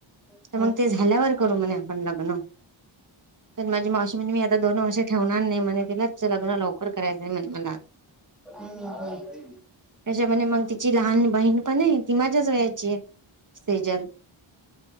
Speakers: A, in the centre; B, on the right (about 40°).
A: या
B: तर मग ते झाल्यावर करू म्हणे आपण लग्न पण माझी मावशी म्हण मी आता दोन वर्ष. आणि म्हणे तिलाच लग्न लवकर करायचंय म्हण मला
A: हो हम्म. हो ना
B: त्याच्या म्हणे मग तिची लहान बहीण पणे ती माझ्याच वयाची ये सेजल